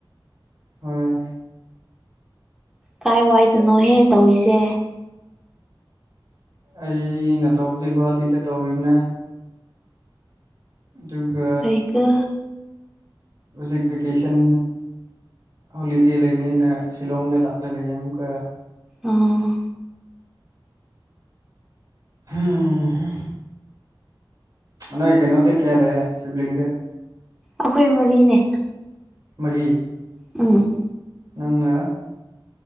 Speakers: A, on the right; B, in the centre.
A: ꯍꯣꯏ
B: ꯀꯥꯏ ꯋꯥꯏꯗꯅꯣꯍꯦ ꯇꯧꯔꯤꯁꯦ
A: ꯑꯩꯅ ꯇꯧꯕꯗꯤ ꯒꯨꯍꯥꯇꯤꯗ ꯇꯧꯔꯤꯕꯅꯦ ꯑꯗꯨꯒ
B: ꯀꯔꯤꯒ
A: ꯍꯧꯖꯤꯛ ꯕꯦꯀꯦꯁꯟ ꯍꯣꯂꯤꯗꯦ ꯂꯩꯕꯅꯤꯅ ꯁꯤꯂꯣꯡꯗ ꯂꯥꯛꯂꯒ ꯂꯩꯌꯦ ꯑꯃꯨꯛꯀ
B: ꯑꯥ
A: ꯑꯣ ꯅꯅꯌꯦꯛ ꯀꯩꯅꯣꯗ ꯀꯌꯥꯂꯦ ꯁꯤꯕꯂꯤꯗ
B: ꯑꯩꯈꯣꯏ ꯃꯔꯤꯅꯦ
A: ꯃꯔꯤ
B: ꯎꯝ
A: ꯅꯪꯅ